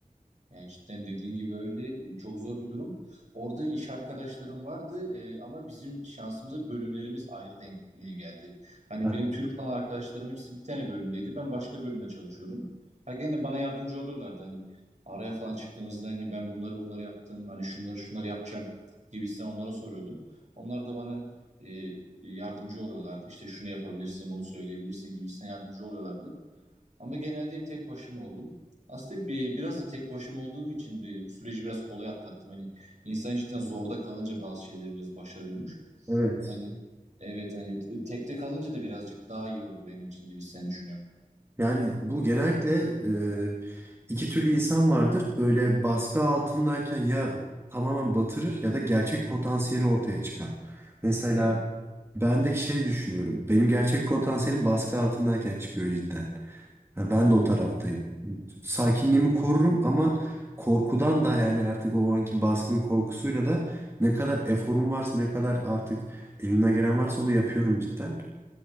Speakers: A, on the right (about 55°); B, on the right (about 15°).
A: Yani cidden dediğin gibi öyle çok zor bir durum. Orada iş arkadaşlarım vardı e, ama bizim şansımıza bölümlerimiz ayrı denk e, geldi. Hani
B: Ha,
A: benim Türk olan arkadaşlarım hepsi bir tane bölümdeydi. Ben başka bölümde çalışıyordum. Ha gene bana yardımcı oluyorlardı. Hani araya falan çıktığımızda hani ben bunları bunları yaptım. Hani şunları şunları yapacağım gibisinden onlara soruyordum. Onlar da bana e, yardımcı oluyorlardı. İşte şunu yapabilirsin, bunu söyleyebilirsin gibisinden yardımcı oluyorlardı. Ama genelde hep tek başıma oldum. Aslında bir, biraz da tek başıma olduğum için bir, bu süreci biraz kolay atlattım. Hani insan cidden zorda kalınca bazı şeyleri biraz başarıyormuş.
B: Evet.
A: Hani evet hani tekte kalınca da birazcık daha iyi oldu benim için gibi sen düşünüyorum.
B: Yani bu genellikle e, iki türlü insan vardır. Böyle baskı altındayken ya tamamen batırır ya da gerçek potansiyeli ortaya çıkar. Mesela
A: Evet.
B: ben de şey düşünüyorum. Benim gerçek potansiyelim baskı altındayken çıkıyor cidden. Ha, ben de o taraftayım. Sakinliğimi korurum ama korkudan da yani artık o anki baskının korkusuyla da ne kadar eforum varsa ne kadar artık elime gelen varsa onu yapıyorum cidden.